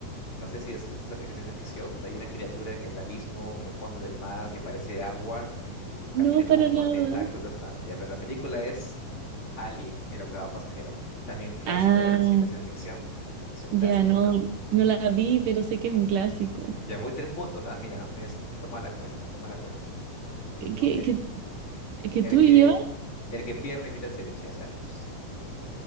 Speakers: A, on the left (about 35°); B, on the right (about 65°).
A: No sé si has visto esa película de ciencia ficción, donde hay una criatura en el abismo, en el fondo del mar, que parece agua y camina
B: No,
A: como
B: para
A: con
B: nada.
A: tentáculos, nada. Ya, pero la película es Alien, el octavo pasajero. También un clásico
B: Ah,
A: del cine de ciencia ficción. Es un clásico.
B: ya no, no la vi, pero sé que es un clásico.
A: Ya voy tres puntos, ¿ah? Mira, es- toma la cuenta, toma la cuenta.
B: ¿Qué,
A: Ok.
B: qué- que
A: El
B: tú
A: que,
B: llevas?
A: el que pierde invita al ceviche, ya sabemos.